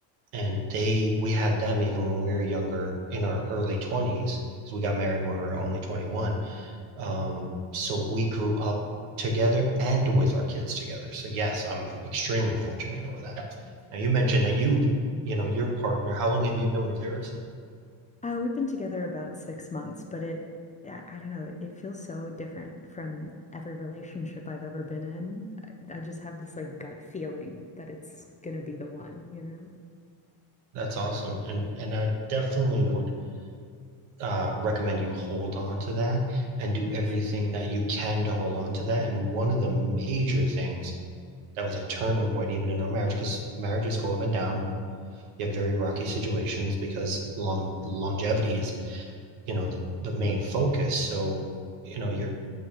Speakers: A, on the right; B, on the left.
A: and they we had them even when we were younger in our early twenties. because we got married when we were only 21 um,
B: Hmm.
A: so we grew up together and with our kids together. So yes, I'm extremely fortunate over that. Now you mentioned that you, you know, your partner. How long have you been with yours?
B: Uh, we've been together about six months, but it I, I don't know, it, it feels so different from every relationship I've ever been in. I, I just have this like gut feeling that it's gonna be the one, you know?
A: That's awesome, and and I definitely would uh, recommend you hold on to that and do
B: Oh,
A: everything
B: yeah.
A: that you can to hold on to that. And one of the major things that was a turning point, even in our marriage, because marriages go up and down. You have very rocky situations because long longevity is you know the, the main focus so you know you're